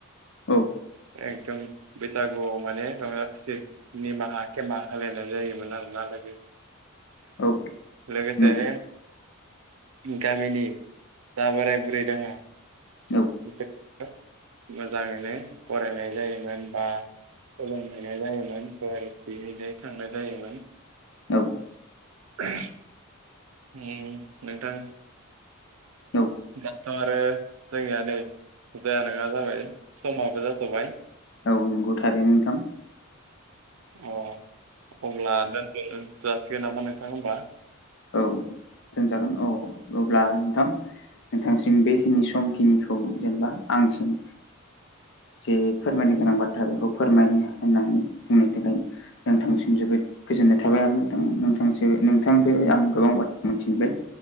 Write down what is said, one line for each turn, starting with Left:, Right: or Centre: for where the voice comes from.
Left: औ
Right: एकदम बैसागुआव माने रंजा खुसि निमाहा केेमा होलायनाय जायोमोन आरो नालाग
Left: औ
Right: लोगोसेनो
Left: नंगौ
Right: गामिनि जा बोराय बुरै दङ
Left: औ
Right: बिसोर मोजाङैनो फरायनाय जायोमोन बा फोरोंहैनाय जायोमोन बा बेहैनो थांनाय जायोमोन
Left: औ
Right: <unintelligible> ओम नोंथां
Left: औ
Right: दाथ' आरो जोंनिया नै जाया नङा जाबाय समाबो जाथ'बाय
Left: औ नंगौ थारै नोंथां।
Right: अ अब्ला दोन जासिगोन नामा नोंथां होमबा
Left: औ दोनजागोन औ अब्ला नोंथां। नोंथांसिम बेखिनि समखिनिखौ जेनेबा आंसिम जे फोरमायनो गोनां बाथ्रा बेखौ फोरमायनो होननानै बुंनायनि थाखाय नोंथांसिम जोबोद गोजोननाय थाबाय आरो नोंथां नोंथां नोंथां। आं गोबां बाथ्रा मिथिनबाय